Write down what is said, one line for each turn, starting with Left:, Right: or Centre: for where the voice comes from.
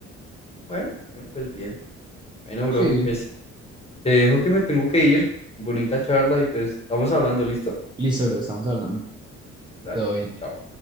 Left: bueno, bueno, pues bien. Bueno,
Right: Sí,
Left: bro, pues Te dejo que me tengo que ir. Bonita charla y pues estamos hablando, ¿listo?
Right: listo, lo estamos hablando.
Left: Dale,
Right: Todo bien.
Left: chao.